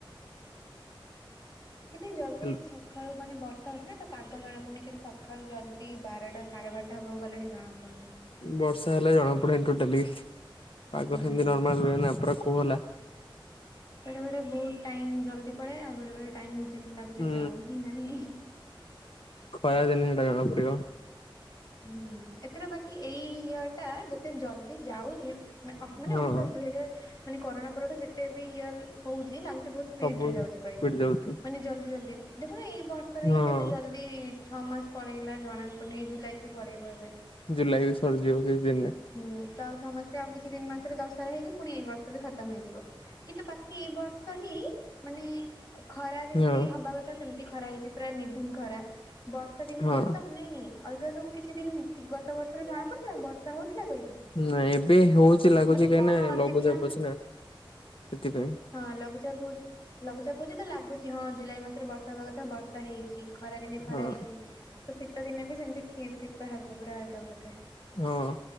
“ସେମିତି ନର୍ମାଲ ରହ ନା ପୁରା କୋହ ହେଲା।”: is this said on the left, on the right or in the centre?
Left